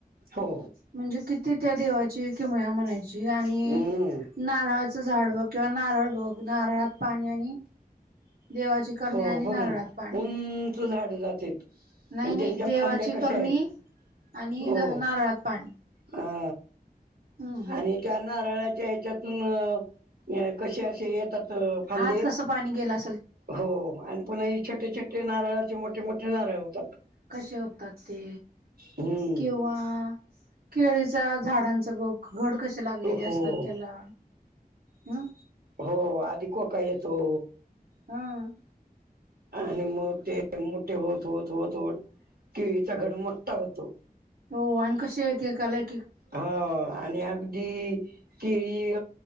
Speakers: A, on the right (about 80°); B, on the right (about 75°).
A: हो
B: म्हणजे किती त्या देवाची किमया म्हणायची आणि
A: हम्म
B: नारळाचं झाड बघ किंवा नारळ बघ नारळात पाणी आणि देवाची करणी
A: हो
B: आणि
A: बघ
B: नारळात
A: ना
B: पाणी
A: उंच झाड जातेत
B: नाही
A: आणि
B: नाही
A: त्यांच्या
B: देवाची
A: फांद्या कशा
B: करणी
A: आहेत
B: आणि
A: हो
B: नारळात पाणी
A: हा
B: हम्म
A: आणि त्यान नारळाच्या ह्याच्यातून क अस येतात फांदे
B: आत कसं पाणी गेला
A: हो आणि पुन्हा छोटे छोटे नारळाचे मोठे मोठे नारळ होतात
B: कसे होतात ते
A: हम्म
B: किंवा केळीचा झाडांचा बघ घड कसे लागलेले असतात
A: हो
B: त्याला हं
A: हो आधी को का येतो
B: हम
A: आणि मग ते मोठे होत होत होत होत किळीचा घड मोठठा होतो
B: हो आणि कसे एककालाय
A: हो आणि अगदी केळी